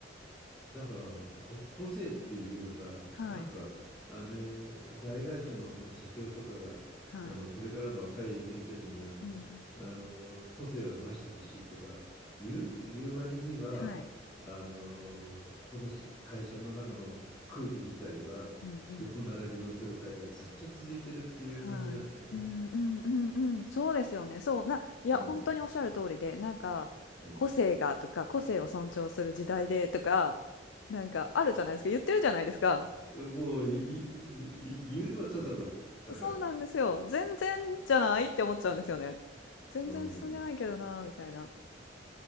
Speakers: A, in the centre; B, on the left.
A: だから、こ個性っていうのが、
B: はい、
A: なんか、あの、大会社の社長とかが、
B: はい、
A: あの、これからの若い君たちには、
B: うん、
A: あの、個性を伸ばしてほしいとか言う、言う割には、
B: はい、
A: あの、このし会社の中の空気自体は、
B: うん、うん、
A: 横並びの状態がずっと続いてるっていう感じなんだよね。
B: はい、うん、うん、うん、うん、そうですよね。そう、な、いや、
A: うん。
B: 本当におっしゃる通りで、なんか、
A: うん。
B: 個性がとか、個性を尊重する時代でとか、なんか、あるじゃないですか、言ってるじゃないですか。
A: もう、いいい言うのはただだから。
B: そうなんですよ。全然じゃないって思っちゃうんですよね。全然進んでないけどな、
A: うん。
B: みたいな。